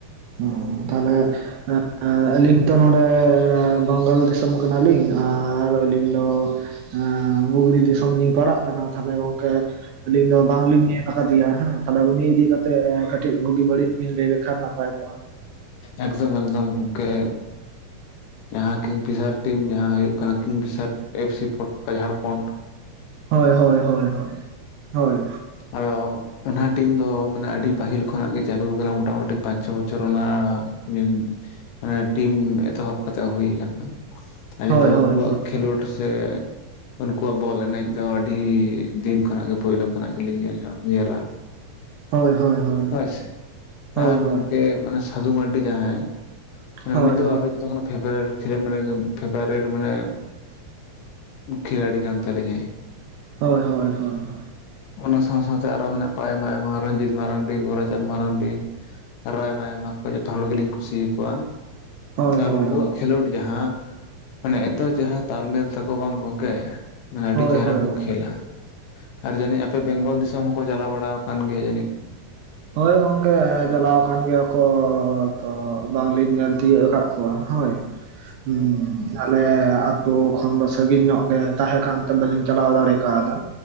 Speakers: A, on the right; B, on the left.
A: <unintelligible> ᱛᱟᱦᱚᱞᱮ ᱮᱸᱜ ᱮᱸ ᱟᱹᱞᱤᱧ ᱛᱚ ᱱᱚᱸᱰᱮ ᱵᱟᱝᱜᱟᱞ ᱫᱤᱥᱚᱢ ᱠᱟᱱᱟ ᱞᱤᱧ ᱟᱨ ᱟᱹᱞᱤᱧ ᱫᱚ ᱟᱸ ᱵᱩᱜᱽᱲᱤ ᱫᱤᱥᱚᱢ ᱞᱤᱧ ᱯᱟᱲᱟᱜ ᱠᱟᱱᱟ ᱛᱟᱦᱚᱞᱮ ᱜᱚᱝᱠᱮ ᱟᱹᱞᱤᱧ ᱫᱚ ᱵᱟᱝ ᱞᱤᱧ ᱧᱮᱞ ᱟᱠᱟ ᱫᱮᱭᱟ ᱦᱮᱸ ᱛᱟᱦᱚᱞᱮ ᱩᱱᱤ ᱤᱫᱤ ᱠᱟᱛᱮᱜ ᱠᱟᱹᱴᱤᱡ ᱵᱩᱜᱤ ᱵᱟᱹᱲᱤᱡ ᱵᱤᱱ ᱞᱟᱹᱭ ᱞᱮᱠᱷᱟᱱ ᱱᱟᱯᱟᱭ ᱠᱚᱜᱼᱟ᱾
B: ᱮᱠᱫᱚᱢ ᱮᱠᱫᱚᱢ ᱜᱚᱝᱠᱮ᱾ ᱡᱟᱦᱟᱸ ᱠᱤᱠᱝ ᱯᱷᱤᱥᱟᱨ ᱴᱤᱢ ᱡᱟᱦᱟᱸ ᱦᱩᱭᱩᱜ ᱠᱟᱱᱟ ᱠᱤᱝ ᱯᱷᱤᱥᱟᱨ ᱮᱯᱷ ᱥᱤ ᱯᱚᱴᱠᱟ ᱡᱷᱟᱲᱠᱷᱚᱸᱰ᱾
A: ᱦᱳᱭ ᱦᱳᱭ ᱦᱳᱭ ᱦᱳᱭ ᱦᱳᱭ᱾
B: ᱟᱫᱚ ᱚᱱᱟ ᱴᱤᱢ ᱫᱚ ᱢᱟᱱᱮ ᱟᱹᱰᱤ ᱯᱟᱹᱦᱤᱞ ᱠᱷᱚᱱᱟᱜ ᱜᱮ ᱪᱟᱹᱞᱩ ᱠᱟᱱᱟ ᱢᱚᱴᱟᱢᱩᱴᱤ ᱯᱟᱸᱪ ᱪᱷᱚ ᱵᱚᱪᱷᱚᱨ ᱚᱱᱟ <unintelligible> ᱴᱤᱢ ᱮᱛᱚᱦᱚᱵ ᱠᱟᱛᱮᱜ ᱦᱩᱭ ᱠᱟᱱᱟ᱾ ᱟᱹᱞᱤᱧ
A: ᱦᱳᱭ
B: ᱫᱚ
A: ᱦᱳᱭ
B: ᱩᱝᱠᱩᱣᱟᱜ
A: ᱦᱳᱭ ᱦᱳᱭ
B: ᱠᱷᱮᱞᱳᱰ ᱥᱮ ᱩᱱᱠᱩᱣᱟᱜ ᱵᱚᱞ ᱮᱱᱮᱡ ᱫᱚ ᱟᱹᱰᱤ ᱫᱤᱱ ᱠᱷᱚᱱᱟᱜ ᱜᱮ ᱯᱳᱭᱞᱳ ᱠᱷᱟᱱᱟᱜ ᱜᱮᱞᱤᱧ ᱧᱮᱞ ᱧᱮᱞᱟ᱾
A: ᱦᱳᱭ ᱦᱳᱭ ᱦᱳᱭ᱾
B: ᱦᱳᱭ ᱥᱮ
A: ᱦᱳᱭ
B: ᱟᱨ
A: ᱦᱳᱭ
B: ᱜᱚᱝᱠᱮ ᱢᱟᱱᱮ ᱥᱟᱫᱷᱩ ᱢᱟᱨᱰᱤ ᱡᱟᱦᱟᱸᱭ ᱦᱮᱸ
A: ᱦᱳᱭ
B: ᱩᱱᱤ
A: ᱦᱳᱭ ᱦᱳᱭ
B: ᱫᱚ ᱟᱨᱦᱚ ᱡᱚᱛᱚ ᱠᱷᱚᱱᱟᱜ ᱯᱷᱮᱵᱟᱨᱮᱴ ᱠᱷᱮᱞᱮᱱ ᱢᱟᱱᱮ ᱯᱷᱮᱵᱟᱨᱮᱴ ᱢᱟᱱᱮ ᱠᱷᱤᱞᱟᱲᱤ ᱠᱟᱱ ᱛᱟᱞᱤᱧᱟᱭ᱾
A: ᱦᱳᱭ ᱦᱳᱭ ᱦᱳᱭ ᱾
B: ᱚᱱᱟ ᱥᱟᱶ ᱥᱟᱶ ᱛᱮ ᱟᱨᱦᱚ ᱢᱮᱱᱟᱜ ᱠᱚᱣᱟ ᱟᱭᱢᱟ ᱟᱭᱢᱟ ᱨᱚᱡᱤᱛ ᱢᱟᱨᱟᱱᱰᱤ ᱜᱳᱟᱨᱪᱟᱸᱫᱽ ᱢᱟᱨᱟᱱᱰᱤ, ᱟᱨᱦᱚ ᱟᱭᱢᱟ ᱟᱭᱢᱟ ᱠᱚ ᱡᱚᱛᱚ ᱦᱚᱲ ᱜᱮᱞᱤᱧ ᱠᱩᱥᱤ ᱟᱠᱚᱣᱟ᱾
A: ᱦᱳᱭ ᱦᱳᱭ
B: ᱟᱨ ᱩᱝᱠᱩᱣᱟᱜ
A: ᱦᱳᱭ
B: ᱠᱷᱮᱞᱳᱰ ᱡᱟᱦᱟᱸ, ᱢᱟᱱᱮ ᱮᱛᱚ ᱪᱮᱦᱨᱟ ᱛᱟᱞᱢᱮᱞ ᱛᱟᱠᱚ ᱵᱟᱝ ᱜᱚᱝᱠᱮ ᱾ ᱢᱟᱱᱮ ᱟᱹᱰᱤ
A: ᱦᱳᱭ
B: ᱪᱮᱦᱨᱟ
A: ᱦᱳᱭ ᱜᱚᱝᱠᱮ ᱦᱳᱭ
B: ᱠᱚ
A: ᱜᱚᱝᱠᱮ
B: ᱠᱷᱮᱞᱟ ᱟᱨ ᱡᱟᱹᱱᱤᱡ, ᱟᱯᱮ ᱵᱮᱝᱜᱚᱞ ᱫᱤᱥᱚᱢ ᱦᱚᱸᱠᱚ ᱪᱟᱞᱟᱣ ᱵᱟᱲᱟ ᱟᱠᱟᱱ ᱜᱮᱭᱟ ᱡᱟᱹᱱᱤᱡ?
A: ᱦᱳᱭ ᱜᱚᱝᱠᱮ ᱪᱟᱞᱟᱣ ᱟᱠᱟᱱ ᱜᱮᱭᱟ ᱠᱚ ᱛᱚ ᱵᱟᱝ ᱞᱤᱧ ᱧᱮᱞ ᱛᱤᱭᱟᱹᱜ ᱟᱠᱟᱫ ᱠᱚᱣᱟ ᱦᱳᱭ᱾ ᱦᱩᱸᱸᱸ
B: ᱦᱳᱭ
A: ᱟᱞᱮ ᱟᱛᱩ ᱠᱷᱚᱱ ᱫᱚ ᱥᱟᱜᱤᱧ ᱧᱚᱜ ᱞᱮ ᱛᱟᱦᱮᱸ ᱠᱟᱱᱛᱮ ᱵᱟᱹᱞᱤᱧ ᱪᱟᱞᱟᱣ ᱫᱟᱲᱮ ᱠᱟᱣ ᱫᱟᱹ᱾